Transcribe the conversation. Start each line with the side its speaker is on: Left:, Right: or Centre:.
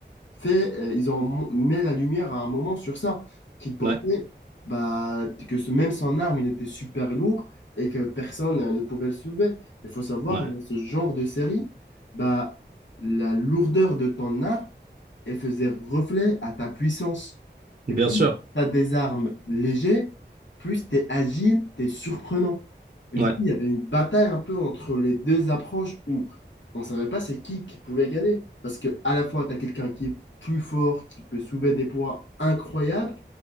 Left: fait, euh, ils ont mis la lumière à un moment sur ça, qu'il portait,
Right: Ouais,
Left: bah, que ce, même son arme, il était super lourd et que personne euh, ne pouvait le soulever. Il faut savoir,
Right: ouais.
Left: dans ce genre de série, bah, la lourdeur de ton arme, et faisait reflet à ta puissance. Et
Right: Bien
Left: plus
Right: sûr.
Left: tu as des armes légères, plus tu es agile, tu es surprenant. Et
Right: Ouais.
Left: du coup, il y avait une bataille un peu entre les deux approches où on ne savait pas c'est qui qui pouvait gagner. Parce que à la fois, tu as quelqu'un qui est plus fort, qui peut soulever des poids incroyables,